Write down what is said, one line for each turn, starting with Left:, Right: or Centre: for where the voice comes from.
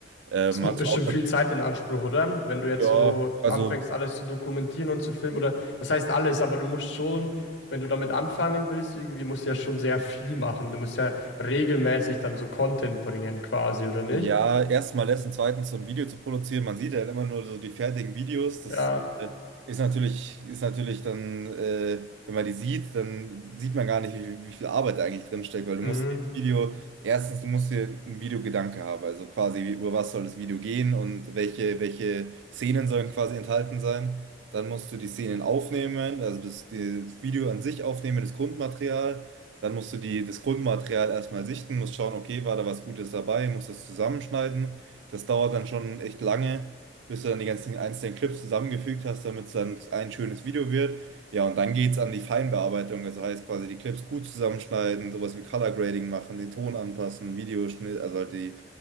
Right: Ähm,
Left: Das nimmt
Right: hat's
Left: bestimmt
Right: auch,
Left: viel Zeit in Anspruch, oder? Wenn du jetzt
Right: ja,
Left: so
Right: also
Left: anfängst, alles zu dokumentieren und zu filmen, oder was heißt alles, aber du musst schon, wenn du damit anfangen willst, irgendwie musst du ja schon sehr viel machen. Du musst ja regelmäßig dann so Content bringen, quasi, oder nicht?
Right: Ja, erstmal lässt und zweitens so ein Video zu produzieren. Man sieht ja immer nur so die fertigen Videos. Das
Left: Ja,
Right: äh, ist natürlich, ist natürlich dann, äh, wenn man die sieht, dann sieht man gar nicht, wie, wie viel Arbeit da eigentlich drin steckt, weil du musst
Left: mhm.
Right: dieses Video, erstens, du musst dir einen Videogedanke haben. Also quasi, über was soll das Video gehen und welche, welche Szenen sollen quasi enthalten sein. Dann musst du die Szenen aufnehmen, also das, das Video an sich aufnehmen, das Grundmaterial. Dann musst du die, das Grundmaterial erstmal sichten, musst schauen, okay, war da was Gutes dabei, musst das zusammenschneiden. Das dauert dann schon echt lange, bis du dann die ganzen einzelnen Clips zusammengefügt hast, damit es dann ein schönes Video wird. Ja, und dann geht's an die Feinbearbeitung, also heißt quasi die Clips gut zusammenschneiden, sowas wie Color Grading machen, den Ton anpassen, Videoschnitt, also halt die,